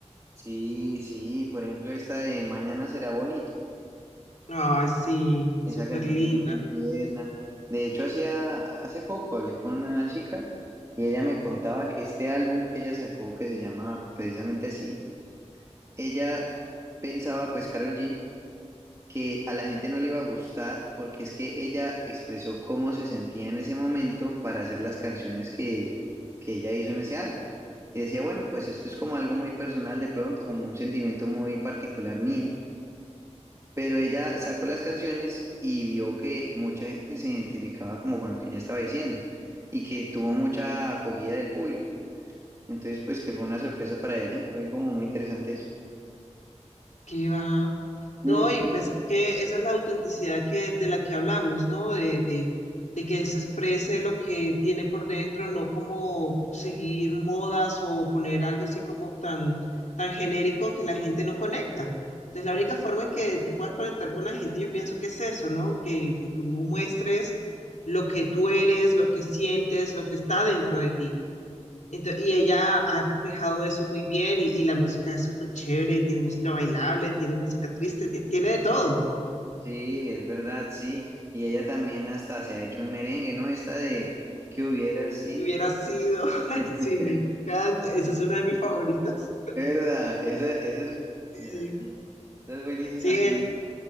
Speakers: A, on the right; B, on the left.
A: Sí, sí, por ejemplo esta de Mañana será bonito,
B: Ay, sí,
A: esa
B: súper
A: canción
B: linda.
A: es muy tierna. De hecho hacía hace poco hablé con una chica y ella me contaba que este álbum que ella sacó que se llama precisamente así, ella pensaba pues Karol G que a la gente no le iba a gustar porque es que ella expresó cómo se sentía en ese momento para hacer las canciones que, que ella hizo en ese álbum. Y decía, bueno, pues esto es como algo muy personal de pronto, como un sentimiento muy particular mío. Pero ella sacó las canciones y vio que mucha gente se identificaba como con lo que ella estaba diciendo y que tuvo mucha acogida del público. Entonces, pues que fue una sorpresa para ella, fue como muy interesante eso.
B: Que va. No,
A: Mm,
B: y pues es que esa es la autenticidad que, de la que hablamos, ¿no? De, de, de que se exprese lo que tiene por dentro, no como seguir modas o poner algo así como tan, tan genérico que la gente no conecta. Entonces, la única forma en que tú puedas conectar con la gente, yo pienso que es eso, ¿no? Que, que tú muestres lo que tú eres, lo que sientes, lo que está dentro de ti. Ento- y ella ha reflejado eso muy bien y, y la música es súper chévere, tiene música bailable, tiene música triste, ti- tiene de todo.
A: Sí, es verdad, sí. Y ella también hasta se ha hecho un merengue, ¿no? Esta de que hubiera sido.
B: Y hubiera sido, <laughs>
A: <laughs>
B: sí, me encanta, esa es una de mis favoritas.
A: Sí. Es verdad, esa, esa es buenísima,
B: Sí,
A: sí. Esa es buenísima.
B: Sí, en,
A: Mm,